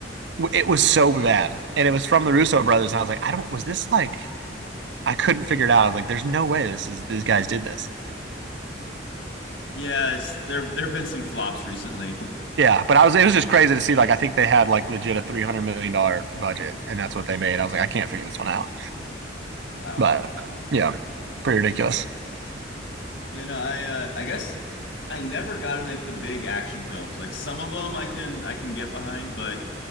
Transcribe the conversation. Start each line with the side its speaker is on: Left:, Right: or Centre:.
Right: It was so bad, and it was from the Russo brothers. And I was like, I don't. Was this like? I couldn't figure it out. I was like, there's no way this is these guys did this.
Left: Yeah, it's there there have been some flops recently.
Right: Yeah, but I was. It was just crazy to see. Like, I think they had like legit a three hundred million dollar budget, and that's what they made. I was like, I can't figure this one out.
Left: Wow.
Right: But yeah, pretty ridiculous.
Left: You know, I uh, I guess I never got in like the big action films. Like some of them I can I can get behind, but